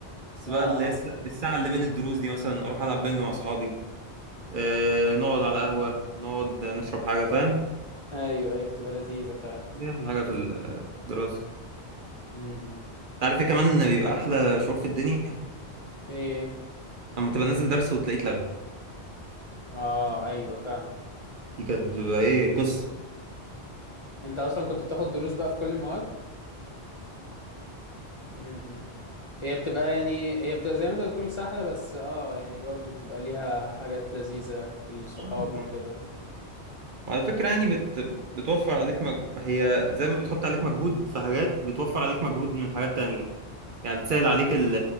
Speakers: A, on the right (about 55°); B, on the left (about 35°).
A: بس
B: اه
A: بقى اللي هي الس-
B: اه
A: الساعة اللي بين الدروس دي مثلا اروح العب بينج مع اصحابي اه نقعد على قهوة نقعد نشرب حاجة فاهم
B: ايوه ايوه بتبقى لذيذه فعلا
A: هي احلى حاجة في ال- في الدراسة
B: امم
A: عارف ايه كمان إن بيبقى احلى شعور في الدنيا
B: ايه
A: لما تبقى نازل درس وتلاقيه اتلغى
B: اه ايوه فاهمك
A: دي كانت بتبقى ايه قصة
B: انت اصلا كنت بتاخد دروس بقى في كل المواد امم هي بتبقى يعني هي بتبقى زي ما انت بتقول سهله بس اه يعني برضه بتبقى ليها حاجات لذيذه الصحاب
A: اه
B: وكده اه
A: وعلى فكرة يعني بت... بتوفر عليك مج... هي زي ما بتحط عليك مجهود في حاجات بتوفر عليك مجهود من حاجات تانية يعني بتسهل عليك ال...